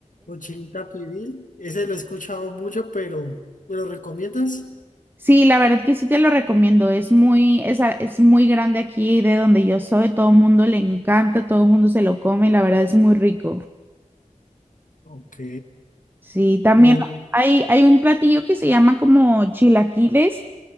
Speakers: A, on the left; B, on the right.
A: Mochilita pibil, ese lo he escuchado mucho, pero ¿me lo recomiendas?
B: Sí, la verdad que sí te lo recomiendo. Es muy, es, a- es muy grande aquí de donde yo soy. Todo el mundo le encanta, todo el mundo se lo come. La verdad es muy rico.
A: Ok.
B: Sí, también
A: eh,
B: hay, hay un platillo que se llama como chilaquiles.